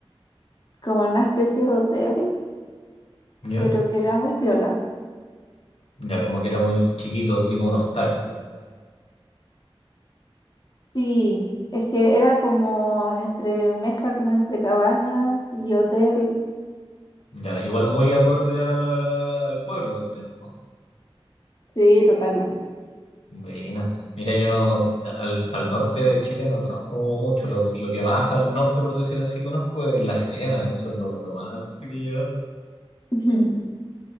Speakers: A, on the left; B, on the left.
A: como en una especie de hotel,
B: Ya.
A: pero que era muy piola.
B: Ya, como que era muy chiquito, tipo un hostal.
A: Sí, es que era como entre mezcla como entre cabañas y hotel,
B: Ya, igual muy acorde a la- al pueblo también, ¿no?
A: sí, totalmente.
B: Buena. Mira, yo no, al, al norte de Chile no conozco mucho. Lo, lo que más al norte, por decir así, conozco es La Serena. Eso es lo, lo más al norte que he llegado.
A: <laughs>